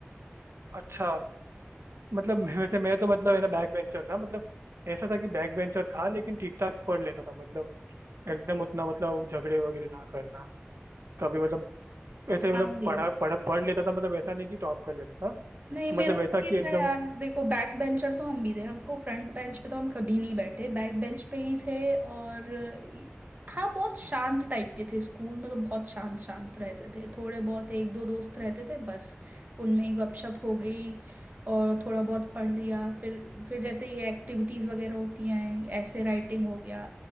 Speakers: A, on the right (about 80°); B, on the right (about 40°).
A: अच्छा मतलब मैं- वैसे मैं तो मतलब है ना बैक बेंचर था मतलब ऐसा था कि बैक बेंचर था लेकिन ठीक ठाक पढ़ लेता था मतलब एकदम उतना मतलब झगड़े वगैरह ना करना कभी मतलब ऐसे मतलब
B: हाँ वही
A: पढ़ा पढ़ा पढ़ लेता था मतलब ऐसा नहीं कि टॉप कर लेता था
B: नहीं मेरा
A: मतलब
B: तो
A: ऐसा कि
B: ये
A: एकदम
B: था यार देखो बैक बेंचर तो हम भी थे हमको फ्रंट बेंच पे तो हम कभी नहीं बैठे बैक बेंच पे ही थे और ये- हाँ बहुत शांत टाइप के थे स्कूल में तो बहुत शांत शांत रहते थे थोड़े बहुत एक दो दोस्त रहते थे बस उनमें ही गपशप हो गई और थोड़ा बहुत पढ़ लिया फिर फिर जैसे ये एक्टिविटीज़ वगैरह होती हैं ऐसे राइटिंग हो गया